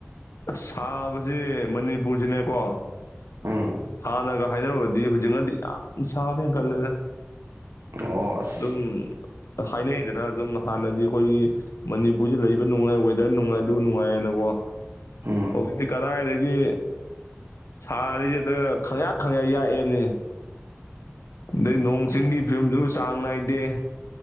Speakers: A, on the left; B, on the right.
A: ꯑꯁ ꯁꯥꯕꯖꯦ ꯃꯅꯤꯄꯨꯔꯁꯤꯅꯦꯀꯣ
B: ꯎꯝ
A: ꯍꯥꯟꯅꯒ ꯍꯥꯏꯅꯔꯨꯔꯗꯤ ꯍꯧꯖꯤꯛꯅꯗꯤ ꯌꯥꯝ ꯁꯥꯕ ꯍꯦꯟꯒꯠꯂꯦꯗ
B: ꯑꯣ ꯑꯁ
A: ꯑꯗꯨꯝ ꯍꯥꯏꯅꯩꯗꯅ ꯑꯗꯨꯝ ꯍꯥꯟꯅꯗꯤ ꯑꯩꯈꯣꯏꯒꯤ ꯃꯅꯤꯄꯨꯔꯁꯦ ꯂꯩꯕ ꯅꯨꯡꯉꯥꯏ ꯋꯦꯗꯔ ꯅꯨꯡꯉꯥꯏ ꯑꯗꯨ ꯅꯨꯡꯉꯥꯏꯌꯦꯅꯀꯣ
B: ꯎꯝ
A: ꯍꯧꯖꯤꯛꯇꯤ ꯀꯗꯥꯏꯗꯩ ꯗꯒꯤ ꯁꯥꯔꯤꯁꯤꯗ ꯈꯪꯌꯥꯛ ꯈꯪꯉꯦ ꯌꯥꯛꯑꯦꯝꯤ ꯗꯩ ꯅꯣꯡ ꯆꯤꯡꯒꯤ ꯐꯤꯕꯝꯁꯨ ꯆꯥꯡ ꯅꯥꯏꯗꯦ